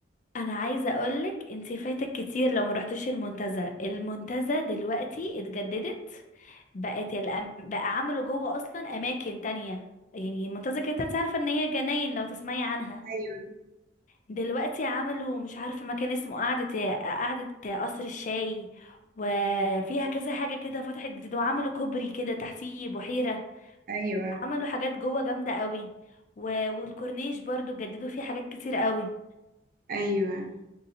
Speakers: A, on the left; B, on the right.
A: انا عايزه اقولك انت فايتك كتير لو ما رحتيش المنتزه المنتزه دلوقتي اتجددت بقت الأم... بقى عملوا جوه اصلا اماكن تانية يعني المنتزه كانت انت عارفه ان هي جناين لو تسمعي عنها
B: ايوه
A: دلوقتي عملوا مش عارفة مكان اسمه قعدة قعدة قصر الشاي وفيها كذا حاجة كده فتحت جديد وعملوا كوبري كده تحتيه بحيرة
B: ايوه
A: عملوا حاجات جوه جامدة قوي و... والكورنيش برضو جددوا فيه حاجات كتير قوي
B: ايوه